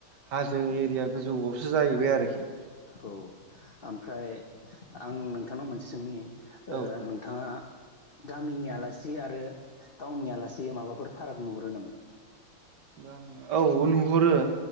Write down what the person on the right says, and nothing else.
हाजो एरिया गोजौआव, सो जाहैबाय आरोखि,
औ
गामिया औ नुहरो